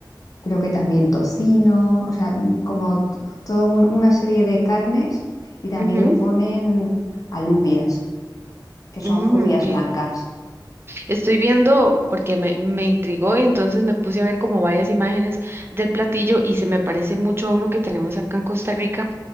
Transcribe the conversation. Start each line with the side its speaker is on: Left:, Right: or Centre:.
Left: creo que también tocino, o sea, mm, como t- toda un- una serie de carnes y también
Right: Ujú.
Left: le ponen alubias, que son
Right: Mm,
Left: judías
Right: ok.
Left: blancas.
Right: Estoy viendo
Left: Y-
Right: porque me, me intrigó y entonces me puse a ver como varias imágenes del platillo y se me parece mucho a uno que tenemos acá en Costa Rica,